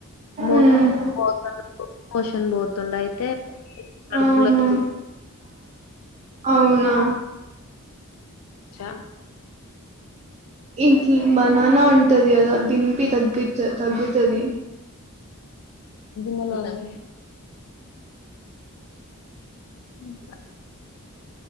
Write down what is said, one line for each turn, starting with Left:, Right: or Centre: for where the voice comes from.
Left: మో
Right: ఉమ్
Left: పోతు మోషన్ పోతుండ అయితే కడుపులోటు
Right: ఆహా అవునా
Left: జ
Right: ఇంకా బనానా ఉంటుంది కదా దీని పీ తగ్గుత తగ్గుతది <inaudible>
Left: గిన్నెలో ఉంది <inaudible>